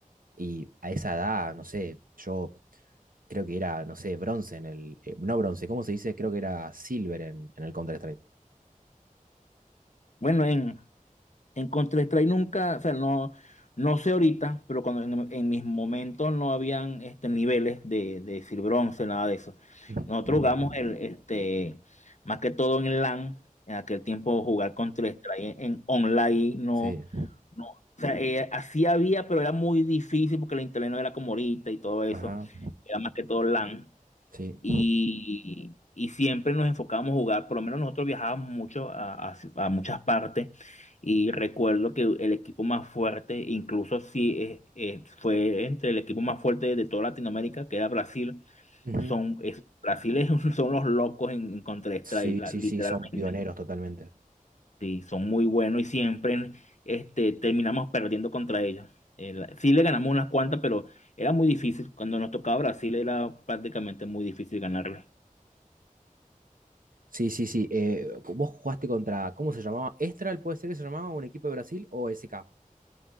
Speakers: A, on the right; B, on the left.
A: Y a esa edad, no sé, yo creo que era, no sé, bronce en el. eh, no bronce, ¿cómo se dice? Creo que era silver en, en el Counter-Strike.
B: Bueno, en, En Counter-Strike nunca, o sea, no, no sé ahorita, pero cuando en, en mis momentos no habían este, niveles de, de decir bronce, nada de eso.
A: Ujú.
B: Nosotros jugamos el, este, más que todo en LAN, en aquel tiempo jugar Counter-Strike en, en online, no,
A: Sí.
B: no, o sea, eh, así había, pero era muy difícil porque el internet no era como ahorita y todo eso,
A: Ajá.
B: era más que todo LAN
A: Sí.
B: y, y siempre nos enfocábamos a jugar, por lo menos nosotros viajábamos mucho a, a- a muchas partes y recuerdo que el equipo más fuerte, incluso sí, eh, eh, fue entre el equipo más fuerte de toda Latinoamérica, que era Brasil,
A: Ujú.
B: son, es- Brasil es un- <laughs> son los locos en, en Counter-Strike,
A: Sí,
B: la-
A: sí,
B: literalmente,
A: sí, son pioneros totalmente.
B: sí, son muy buenos y siempre este, terminamos perdiendo contra ellos. Eh, la- sí le ganamos unas cuantas, pero era muy difícil. Cuando nos tocaba Brasil era prácticamente muy difícil ganarle.
A: Sí, sí, sí. eh, vos jugaste contra, ¿cómo se llamaba? ¿Estral puede ser que se llamaba un equipo de Brasil o SK?